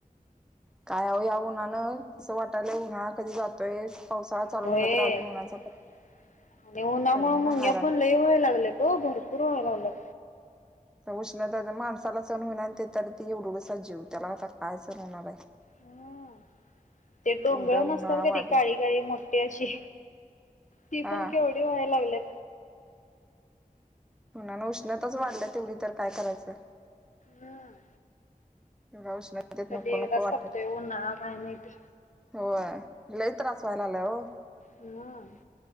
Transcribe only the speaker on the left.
होय
आणि
उन्हामूळ
मुंग्या
पण लय व्हायला लागल्यात ओ भरपूर व्हायला लागल्यात
हे ते डोंगळ
नसतात का
ते काळी काळी मोठ मोठ्ठी अशी ती
पण केवढी व्हाय लागल्यात
हम्म
कधी
एकदा
सपतोय
उन्हाळा काय माहिती
हम